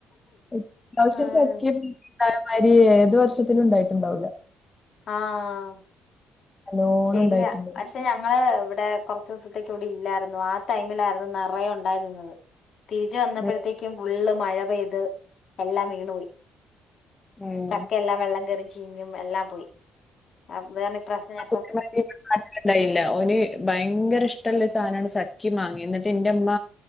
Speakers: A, on the left; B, on the left.
A: എത്യാവശ്യം
B: ആഹ്
A: ചക്കെന്ന് ണ്ടായമായ്രി ഏതു വർഷത്തിലുണ്ടായിട്ടുണ്ടാവൂല
B: ആഹ്
A: നല്ലോണം
B: ശരിയാ
A: ഉണ്ടായിട്ടുണ്ട്
B: അഷ് ഷെ ഞങ്ങള് ഇവടെ കൊറ്ച്ചീസത്തേക്ക് ഇവിടെ ഇല്ലായിരുന്നു ആ ടൈമിലായിരുന്നു നെറയെ ഉണ്ടായിരുന്നത് തിരിച്ച് വന്നപ്പഴത്തേക്കും
A: ഉം
B: ഫുള്ള് മഴ പെയ്ത് എല്ലാം വീണു പോയി
A: ഉം
B: ചക്കയെല്ലാം വെള്ളം കേറി ചീഞ്ഞും എല്ലാം പോയി. അപ്പ് വേം ഇപ്പ്രാശ്യത്തിന്
A: <unintelligible> <inaudible> ണ്ടായില്ല ഓന് ഭയങ്കര ഇഷ്ടള്ള ര് സാനാണ് ചക്കിം മാങ്ങിം ന്നട്ട് ന്റെ മ്മ